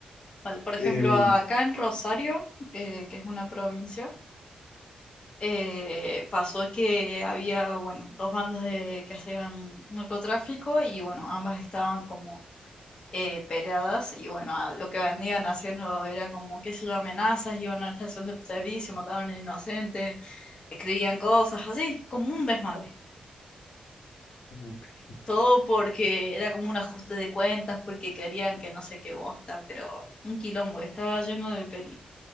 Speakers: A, on the left (about 40°); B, on the left (about 70°).
A: Vale, Por
B: Eh,
A: ejemplo,
B: u-
A: acá en Rosario, eh, que es una provincia, eh, pasó que había, bueno, dos bandas de, que hacían narcotráfico y, bueno, ambas estaban como eh, peleadas y, bueno, a- lo que vendían haciendo era como, qué sé yo, amenazas, iban a la estación de servicio, mataban a un inocente, escribían cosas así, como un desmadre.
B: ok.
A: Todo porque era como un ajuste de cuentas, porque querían que no sé qué bosta, pero un quilombo, estaba lleno de peli,